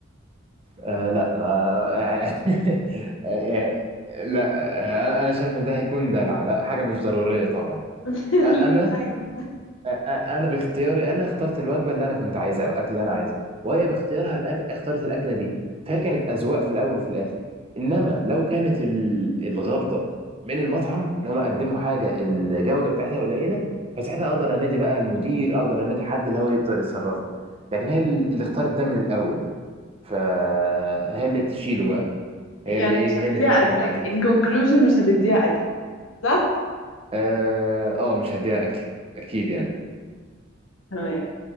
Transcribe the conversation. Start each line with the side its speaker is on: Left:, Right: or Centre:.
Right: آه، لا ما... <laughs> آه، لا آه، انا أنا شايف ان ده هيكون دلع لا حاجة مش ضرورية طبعا
Left: <laughs>
Right: آه، انا
Left: ليه طيب
Right: أ- أ- انا باختياري انا اخترت الوجبه اللي انا كنت عايزها والاكل اللي انا عايزه وهي باختيارها الأك... اختارت الاكله دي فهي كانت اذواق في الاول وفي الاخر انما لو كانت ال... الغلطه من المطعم ان هم قدموا حاجه الجوده بتاعتها قليله فساعتها اقدر انادي بقى المدير اقدر انادي حد اللي هو يقدر يتصرف لي لكن هي ال- اللي اختارت ده من الاول فهي اللي تشيله بقى
Left: يعني
Right: هي اللي ايه
Left: مش هتديها
Right: هي اللي تاكل
Left: اكلك
Right: من الاخر
Left: in
Right: كده
Left: conclusion مش هتديها اكلك صح
Right: اه آه، مش هديها اكلي اكيد يعني
Left: تمام